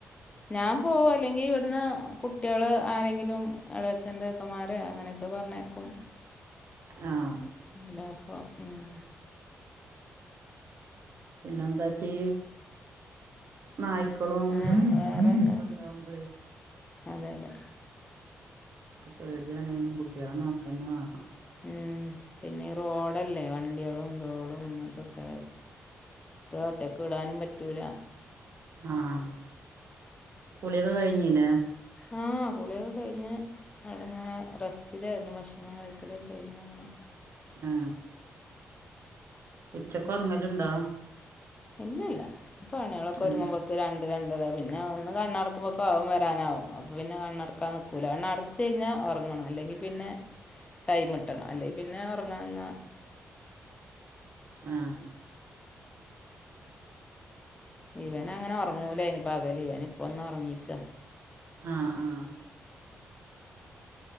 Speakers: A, on the left (about 20°); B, on the right (about 55°).
A: ഞാൻ പോവും അല്ലെങ്കിൽ ഇവിടുന്ന് കുട്ടിയാള് ആരെങ്കിലും എളേചന്റെ ചെക്കമാരെ അങ്ങനെ ക്കൊപർനയ്ക്കും
B: ആഹ്
A: ഇല്ലാപ്പോ ഹ്മ്
B: പിന്നെന്താ ച്ച് നായ്ക്കളും <unintelligible>
A: ആ വേറെ എന്താ
B: ഇണ്ടാകുമ്പളേ
A: അതെ അതെ
B: പേടിയാണേനും കുട്ടിയാളെ നോകന്നെ വേണം
A: ഉം പിന്നെ റോഡല്ലേ വണ്ടിയാളും റോഡും അതൊക്കെ ഒറ്റക്ക് വിടാനും പറ്റൂല
B: ആഹ് കുളിയൊക്കെ കഴിഞ്ഞിലേ
A: ആഹ് കുളിയൊക്കെ കഴിഞ്ഞ് വിടെ ഇങ്ങനെ റെസ്റ്റിലായിരുന്നു ഭക്ഷണം കഴിക്കല് കഴിഞ്ഞ് അങ്ങനെ
B: ഹേ ഉച്ചക്ക് ഉറങ്ങൽ ഉണ്ടോ
A: ഇല്ല ഇല്ല ഇപ്പൊ പണികളൊക്കെ ഒരുങ്ങുമ്പോ
B: ഉം
A: രണ്ട് രണ്ടര പിന്നെ ഒന്ന് കണ്ണടുകുമ്പോക്ക്‌ അവൻ വരാൻ ആവും അപ്പൊ പിന്നെ കണ്ണടക്കാൻ നിക്കൂല കണ്ണട ഉച്ച കഴിഞ്ഞാ ഉറങ്ങണം അല്ലെങ്കിൽ പിന്നെ ടൈം കിട്ടണം അല്ലെങ്കിൽ പിന്നെ ഉറങ്ങാന്ന
B: ആഹ്
A: ഇവൻ അങ്ങനെ ഒറങ്ങൂലയ്നി പകൽ ഇവൻ ഇപ്പൊന്ന് ഒറങ്ങീക്ക
B: ആഹ് ആഹ്